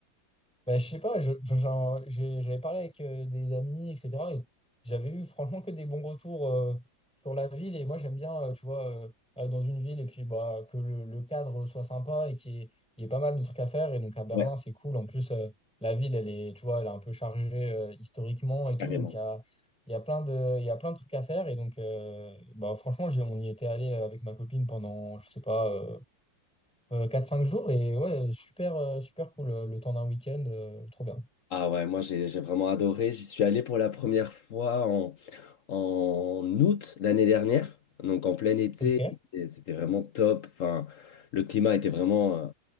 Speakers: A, in the centre; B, on the left.
A: Bah, je sais pas, je- <laughs> j'en- j'ai- j'avais parlé avec euh, des amis, etc. Et j'avais eu franchement que des bons retours euh, sur la ville. Et moi, j'aime bien, euh, tu vois, euh, aller dans une ville et puis bah, que le, le cadre soit sympa et qu'il y ait, il y ait pas mal de trucs à faire. Et donc à Berlin,
B: Ouais,
A: c'est cool. En plus, euh, la ville, elle est, tu vois, elle est un peu chargée euh, historiquement et
B: carrément.
A: tout. Donc il y a, il y a plein de, il y a plein de trucs à faire. Et donc, euh, bah, franchement, j'ai- on y était allé euh, avec ma copine pendant, je sais pas, euh, euh, 4-5 jours et ouais, super, euh, super cool euh, le temps d'un week-end, euh, trop bien.
B: Ah ouais, moi j'ai j'ai vraiment adoré. J'y suis allé pour la première fois en août l'année dernière, donc en plein été,
A: Ok.
B: et c'était vraiment top. Enfin, le climat était vraiment euh,